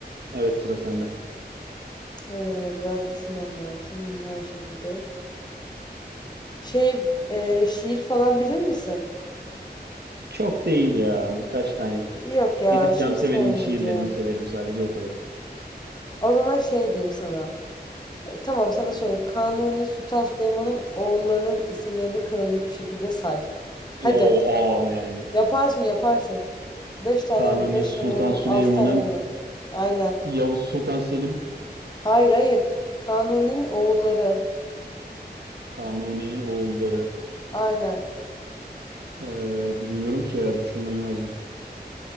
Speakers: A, on the right (about 70°); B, on the left (about 25°).
A: Evet sıra sende.
B: Ee, biraz düşünmem lazım yine aynı şekilde. Şey e, şiir falan bilir misin?
A: Çok değil ya. Birkaç tane
B: Yok ya
A: Edip
B: şiir
A: Cansever'in
B: sormayacağım.
A: şiirlerini severim sadece o kadar.
B: O zaman şey diyeyim sana. E, tamam sana sonra Kanuni Sultan Süleyman'ın oğullarının isimlerini kronolojik bir şekilde say. Hadi
A: Oha yani.
B: yaparsın yaparsın. Beş tane
A: Kanuni
B: beş
A: Sultan
B: tane oğlu
A: Süleyman'ın
B: altı tane oğlu var. Aynen.
A: Yavuz Sultan Selim
B: Hayır hayır. Kanuni'nin oğulları.
A: Kanuni'nin oğulları.
B: Aynen.
A: Ee, bilmiyorum ki ya düşünmem lazım.